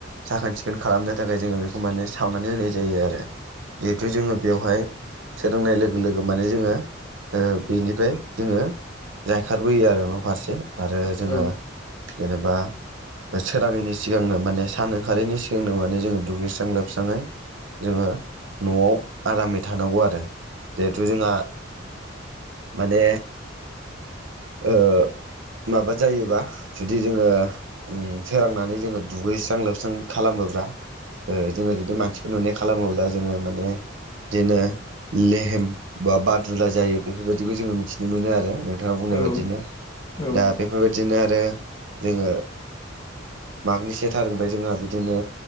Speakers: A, on the right; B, on the left.
A: साखोन सिखोन खालामनो थाखाय जोङो बेखौ माने सावनानै होनाय जायो आरो जिहेथु जोङो बेवहाय सोरांनाय लोगो लोगो माने जोङो ओ बेनिफ्राय जोङो जायखारबोयो आरो न' फारसे आरो जोङो
B: औ
A: जेनेबा सोराङैनि सिगांनो माने सान ओंखारैनि सिगांनो माने जोङो दुगैस्रां लोबस्राङै जोङो न'आव आरामै थानांगौ आरो जिहेथु जोंहा माने ओ माबा जायोबा जुदि जोङो सोरांनानै जोङो दुगैस्रां लोबस्रां खालामो होग्रा ओ जोङो जुदि मानसिफोर नुनाय खालामोब्ला जोङो माने बिदिनो लेहेम बा बादुला जायो बेफोरबायदिखौ जोङो मिथिनो मोनो आरो नोंथाङा बुं
B: औ
A: बादिनो
B: औ
A: दा
B: औ
A: बेफोरबायदिनो आरो जोङो मागनि से थारिखनिफ्राय जोंहा बिदिनो